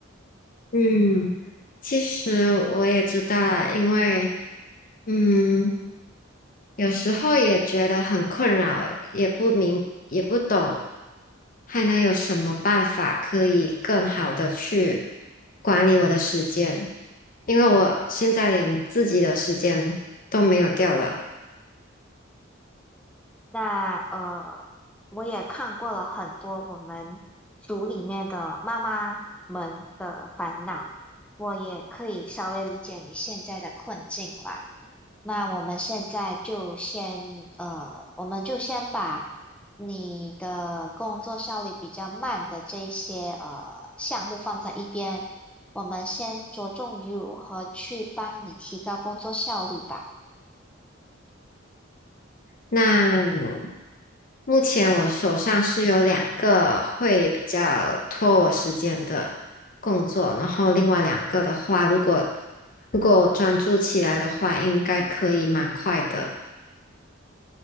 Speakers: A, on the left (about 45°); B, in the centre.
A: 嗯，其实我也知道了，因为嗯，有时候也觉得很困扰，也不明，也不懂，还能有什么办法可以更好的去管理我的时间？因为我现在连自己的时间都没有掉了。
B: 那呃，我也看过了很多我们组里面的妈妈们的烦恼，我也可以稍微理解你现在的困境吧。那我们现在就先呃，我们就先把你的工作效率比较慢的这一些呃项目放在一边，我们先着重于如何去帮你提高工作效率吧。
A: 那目前我手上是有两个会比较拖我时间的工作，然后另外两个的话，如果如果我专注起来的话，应该可以蛮快的。